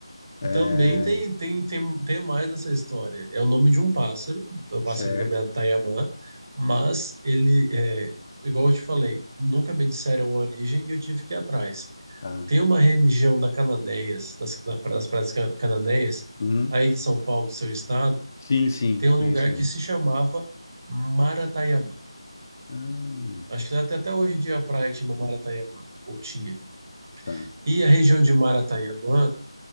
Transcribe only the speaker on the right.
Também tem, tem, tem, tem mais dessa história. É o nome de um pássaro, é um pássaro
nomeado Taiamã, mas ele, é, igual eu te falei, nunca me disseram a origem e eu tive que ir atrás.
Tem uma região da cananeias das, da- das praias Ca- Cananéias,
aí de São Paulo, do seu estado,
tem um
lugar
que se chamava Maratayamã.
Acho que até, até hoje em dia a praia que chama Maratayamã, ou tinha.
E a região de Maratayamã